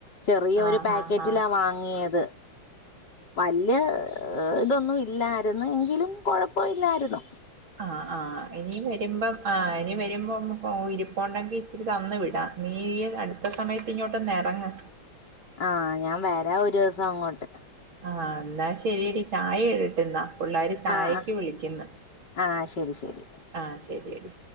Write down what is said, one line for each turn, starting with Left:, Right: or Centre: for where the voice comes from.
Left: ചെറിയ
Right: ആ
Left: ഒരു പാക്കറ്റിലാ
Right: ആ ആ
Left: വാങ്ങിയത് വല്യ ഇതൊന്നും ഇല്ലായിരുന്നു എങ്കിലും കൊഴപ്പം ഇല്ലായിരുന്നു
Right: ആഹ ആഹ് ഇനി വരുമ്പം ആഹ് ഇനി വരുമ്പോക്ക് ഇരിപ്പോ ഉണ്ടെങ്കിൽ ഇച്ചിരി തന്ന് വിടാം നീ അടുത്ത സമയത്ത് ഇങ്ങോട്ടൊന്നു ഇറങ്ങ്
Left: ആഹ് വരാ ഞാൻ ഒരു ദിവസം അങ്ങോട്ട്
Right: ആഹ് എന്നാ ശരിയടി ചായ ഇടാട്ട ഇന്നാ പിള്ളർ ചായക്ക്
Left: ആഹ്
Right: വിളിക്കുന്നു
Left: ആഹ് ആഹ് ശരി ശരി
Right: ആഹ് ശരിയെടി